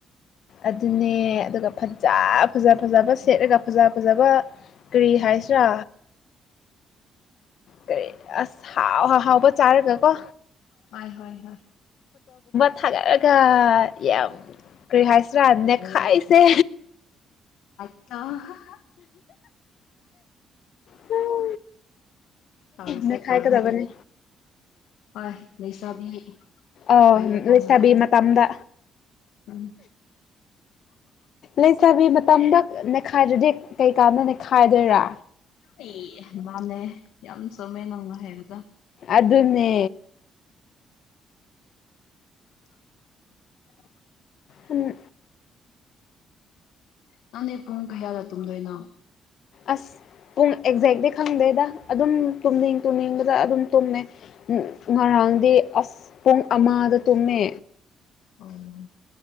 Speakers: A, on the left (about 65°); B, on the left (about 80°).
A: ꯑꯗꯨꯅꯦ ꯑꯗꯨꯒ ꯐꯖ ꯐꯖ ꯐꯖꯕ ꯁꯦꯠꯂꯒ ꯐꯖ ꯐꯖꯕ ꯀꯔꯤ ꯍꯥꯏꯁꯔꯥ ꯀꯔꯦ ꯑꯁ ꯍꯥꯎ ꯍꯥꯎ ꯍꯥꯎꯕ ꯆꯥꯔꯒ ꯀꯣ
B: ꯍ ꯍꯣꯏ ꯍ
A: ꯊꯥꯒꯠꯂꯒ ꯌꯥꯝ ꯀꯔꯤ ꯍꯥꯏꯁꯤꯔꯥ ꯅꯦꯛꯈꯥꯏꯁꯦ
B: ꯂꯥꯏꯛ ꯑ
A: ꯎ
B: ꯇꯧꯔꯁꯦ
A: ꯅ ꯈꯥꯏ
B: ꯇꯧꯔꯁꯦ
A: ꯀꯗꯕꯅꯦ
B: ꯍꯣꯏ ꯂꯩꯁꯥꯕꯤ
A: ꯑ
B: ꯑꯣꯏꯕ ꯀꯥꯟꯗ
A: ꯂꯩꯁꯕꯤ ꯃꯇꯝꯗ
B: ꯎꯝ
A: ꯂꯩꯁꯕꯤ ꯃꯇꯝꯗ ꯅꯦꯈꯥꯏꯗ꯭ꯔꯗꯤ ꯀꯩꯀꯥꯗ ꯅꯦꯈꯥꯏꯗꯣꯏꯔꯥ
B: ꯑꯦ ꯃꯥꯅꯦ ꯌꯥꯝ ꯆꯨꯝꯃꯦ ꯅꯪꯅ ꯍꯥꯏꯕꯗ
A: ꯑꯗꯨꯅꯦ
B: <inaudible>
A: ꯑꯃ
B: ꯅꯪꯅꯦ ꯄꯨꯡ ꯀꯌꯥꯗ ꯇꯨꯝꯗꯣꯏꯅꯣ
A: ꯑꯁ ꯄꯨꯡ ꯑꯦꯛꯖꯦꯂꯤ ꯈꯪꯗꯩꯗ ꯑꯗꯨꯝ ꯇꯨꯝꯅꯤꯡ ꯇꯨꯝꯅꯤꯡꯕꯗ ꯑꯗꯨꯝ ꯇꯨꯝꯃꯦ ꯉꯔꯥꯡꯗꯤ ꯑꯁ ꯄꯨꯡ ꯑꯃꯗ ꯇꯨꯝꯃꯦ
B: ꯎꯝ